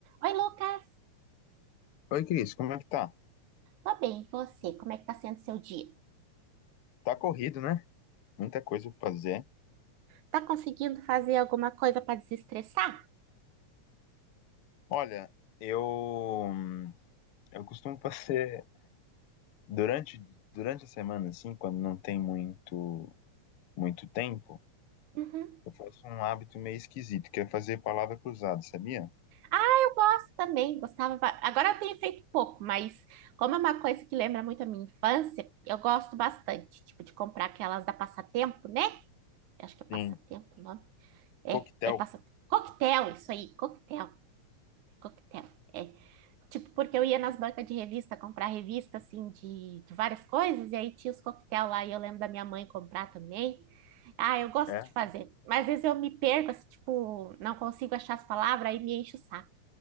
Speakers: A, on the right; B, on the left.
A: Oi, Lucas.
B: Oi, Cris, como é que tá?
A: Tô bem, e você? Como é que tá sendo seu dia?
B: Tá corrido, né? Muita coisa pra fazer.
A: Tá conseguindo fazer alguma coisa para desestressar?
B: Olha, eu eu costumo fazer durante durante a semana assim, quando não tem muito muito tempo,
A: Uhum.
B: eu faço um hábito meio esquisito, que é fazer palavra cruzada, sabia?
A: Ah, eu gosto também, gostava. ba- Agora eu tenho feito pouco, mas como é uma coisa que lembra muito a minha infância, eu gosto bastante, tipo, de comprar aquelas da Passatempo, né? Acho que é Passatempo
B: Sim,
A: o nome. É,
B: coquetel,
A: é Passatempo. Coquetel, isso aí, coquetel, coquetel. É. Tipo, porque eu ia nas bancas de revista comprar revista, assim, de, de várias coisas, e aí tinha os coquetel lá, e eu lembro da minha mãe comprar também. Ah, eu gosto
B: é.
A: de fazer, mas às vezes eu me perco, assim, tipo, não consigo achar as palavras, aí me enche o saco.